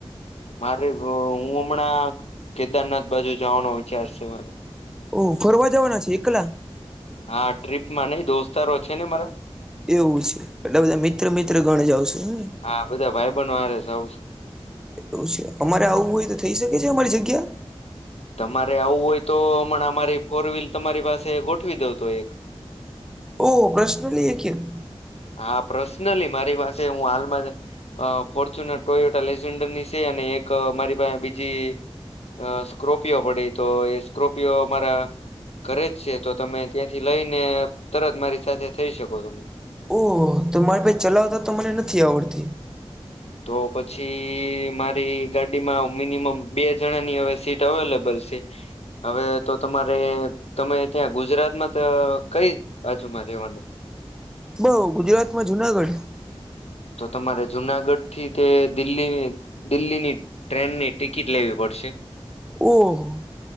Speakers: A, on the left (about 75°); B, in the centre.
A: મારે તો હું હમણાં કેદારનાથ બાજુ જવાનો વિચાર છે મારે.
B: ઓ ફરવા જવાના છે એકલા.
A: હા ટ્રીપ માં નઈ દોસ્તારો છે ને મારા.
B: એવું છે એટલે બધા મિત્ર મિત્ર ગણ જવાશે હેને.
A: હા બધા <unintelligible> આરે છે જાવું છે.
B: એવું છે અમારે આવવું હોય તો થઈ શકે છે અમારી જગ્યા.
A: તમારે આવું હોય તો હમણાં અમારી ફોર વ્હીલ તમારી પાસે ગોઠવી દઉં તો એક.
B: ઓહ પ્રશ્ન લી <unintelligible>
A: હા પર્સનલી મારી પાસે હું હાલમાં જ અ ફોર્ચ્યુનર ટોયટ લેઝન્ડરની છે અને એક મારી પાસે બીજી અ સ્કો્રર્પિયો પડી તો એ સ્કો્રર્પિયો અમારા ઘરે જ છે તો તમે ત્યાંથી લઈને તરત મારી સાથે થઈ શકો તમે.
B: ઓહ તો મારે ભાઈ ચલાવતા તો મને નથી આવડતી.
A: તો પછી મારી ગાડીમાં મિનિમમ બે જણાની હવે સીટ અવેલેબલ છે. હવે તો તમારે તમે ત્યાં ગુજરાતમાં કઈ બાજુમાં રહેવાનું.
B: બઉ ગુજરાતમાં જુનાગઢ.
A: તો તમારે જુનાગઢ થી તે દિલ્હી દિલ્હીની ટ્રેનની ટિકિટ લેવી પડશે.
B: ઓહો.